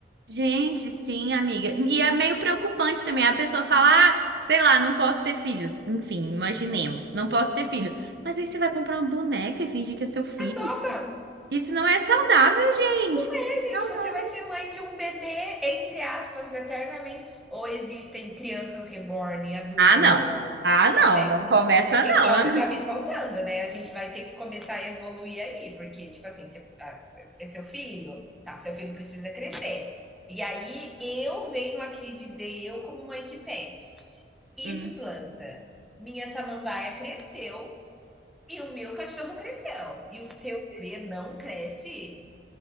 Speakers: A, on the right; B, in the centre.
A: Gente, sim, amiga. E é meio preocupante também. A pessoa fala, ah, sei lá, não posso ter filhos. Enfim, imaginemos, não posso ter filho. Mas aí você vai comprar uma boneca e fingir que é seu filho?
B: Adota.
A: Isso não é saudável, gente.
B: É, gente,
A: Não.
B: você vai ser mãe de um bebê, entre aspas, eternamente. Ou existem crianças reborn, adulto
A: Ah, não.
B: reborn,
A: Ah, não,
B: né?
A: não começa não.
B: Isso é
A: <laughs> ah.
B: o que tá me faltando, né, a gente vai ter que começar a evoluir aí, porque, tipo assim, você ah, é seu filho? Tá, seu filho precisa crescer. E aí eu venho aqui dizer, eu como mãe de pet e
A: Hum.
B: de planta, minha samambaia cresceu e o meu cachorro cresceu, e o seu bebê não cresce?